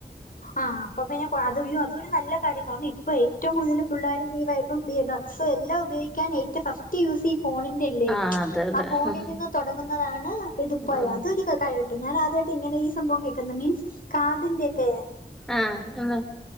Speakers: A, on the left (about 55°); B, in the centre.
A: ആഹ് അപ്പ പിന്നെ അത് അതൊരു നല്ല കാര്യ കാര്ണേ ഇപ്പേ ഏറ്റവും കൂടുതൽ പിള്ളേർ നീ വായ്പം <unintelligible> സോ എല്ല ഉപയോഗിക്കാൻ ഏറ്റ ഫസ്റ്റ് യൂസി ഇ ഫോണിന്റെല്ലേ.
B: ആഹ് അതെ അതെ
A: ആ ഫോണിൽ
B: ഉം
A: നിന്ന് തൊടങ്ങുന്നതാണ് ഇത്പ്പോഴ
B: ഉം
A: അതൊരിക്ക <unintelligible> ഞാൻ ആദ്യായിട്ട് ഇങ്ങനെ ഈ സംഭവം കേക്ക്ന്ന മീൻസ് കാത് ന്റെ ക്കെ?
B: ആഹ് എന്ന